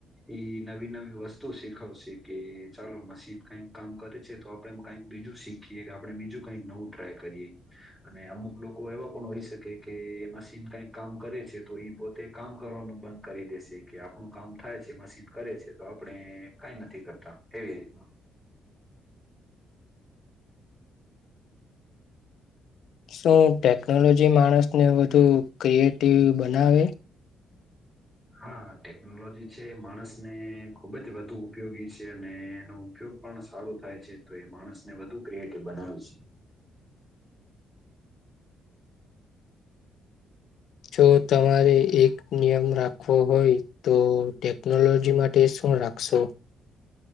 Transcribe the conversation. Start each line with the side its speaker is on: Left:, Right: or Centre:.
Centre: ઈ નવી નવી વસ્તુ શીખવશે કે ચાલો મશીન કઈક કામ કરે છે તો આપડે કઈક બીજું શીખીએ કે આપડે બીજું કઈક નવું ટ્રાય કરીએ અને અમુક લોકો એવા પણ હોય શકે કે મશીન કઈક કામ કરે છે તો એ પોતે કામ કર કરવાનું બંધ કરી દેશે કે આપણું કામ થાય છે મશીન કરે છે તો આપણે કઈ નથી કરતા તે રીતના
Left: શું ટેકનોલોજી માણસને વધુ ક્રિએટિવ બનાવે
Centre: હા ટેકનોલોજી છે માણસ ને ખૂબ જ વધુ ઉપયોગી છે અને એનો ઉપયોગ પણ સારો થાય છે તો એ માણસને વધુ ક્રિએટિવ બનાવી છે
Left: જો તમારે એક નિયમ રાખવો હોય તો ટેકનોલોજી માટે શું રાખશો